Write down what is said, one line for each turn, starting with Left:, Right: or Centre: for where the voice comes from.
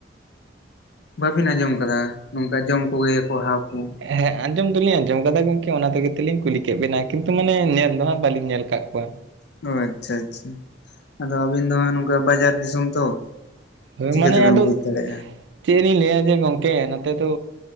Left: ᱵᱟᱹᱵᱤᱱ ᱟᱸᱡᱚᱢ ᱠᱟᱫᱟ ᱱᱚᱝᱠᱟ ᱡᱚᱢ ᱠᱚᱜᱮᱭᱟᱠᱚ ᱦᱟᱣ ᱠᱩ
Right: ᱦᱮᱸ ᱟᱸᱡᱚᱢ ᱫᱩᱞᱤᱧ ᱟᱸᱡᱚᱢ ᱠᱟᱫᱟ ᱜᱚᱝᱠᱮ ᱚᱱᱟ ᱛᱮᱜᱮ ᱛᱩᱞᱤᱧ ᱠᱩᱞᱤ ᱠᱮᱫᱴᱜ ᱵᱮᱱᱟ ᱠᱤᱱᱛᱩ ᱢᱟᱱᱮ ᱧᱮᱞ ᱫᱚ ᱦᱟᱸᱜ ᱵᱟᱹᱞᱤᱧ ᱧᱮᱞ ᱠᱟᱜ ᱠᱚᱣᱟ
Left: ᱦᱳᱭ ᱟᱪᱪᱷᱟ ᱟᱪᱪᱷᱟ ᱟᱫᱚ ᱟᱹᱵᱤᱱ ᱫᱚ ᱦᱟᱸᱜ ᱱᱚᱝᱠᱟ ᱵᱟᱡᱟᱨ ᱫᱤᱥᱚᱢ ᱛᱚ
Right: ᱛᱚᱵᱮ
Left: ᱪᱤᱠᱟᱹᱛᱮᱵᱮᱱ
Right: ᱢᱟᱱᱮ ᱟᱫᱚ
Left: ᱵᱩᱡᱽ ᱫᱟᱲᱮᱭᱟᱜᱼᱟ
Right: ᱪᱮᱜᱞᱤᱧ ᱞᱟᱹᱭᱟ ᱡᱮ ᱜᱚᱝᱠᱮ ᱱᱚᱛᱮ ᱫᱚ